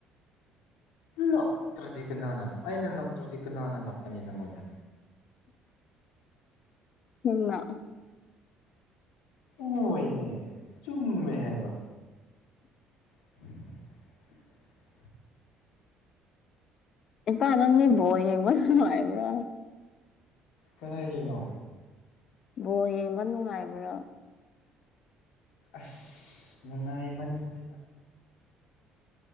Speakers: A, on the left; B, on the left.
A: ꯂꯥꯛꯇ꯭ꯔꯗꯤ ꯀꯅꯥꯅ ꯑꯩꯅ ꯂꯥꯛꯇ꯭ꯔꯗꯤ ꯀꯅꯥꯅ ꯂꯥꯛꯀꯅꯤ ꯅꯪꯉꯣꯟꯗ
B: ꯅꯪ ꯂꯥꯛꯑꯦ
A: ꯍꫭꯏꯅꯦ ꯆꯨꯝꯃꯦ ꯍꯥꯏꯕ <inaudible>
B: ꯏꯄꯥ ꯅꯪꯗꯤ ꯕꫭꯜ ꯌꯦꯡꯕ ꯅꯨꯡꯉꯥꯏꯕ꯭ꯔꫭ
A: ꯀꯩꯍꯥꯏꯅꯣ
B: ꯕꯣꯜ ꯌꯦꯡꯕ ꯅꯨꯡꯉꯥꯏꯕ꯭ꯔꯥ
A: ꯑꯁ ꯅꯨꯡꯉꯥꯏꯃꯟꯗꯅ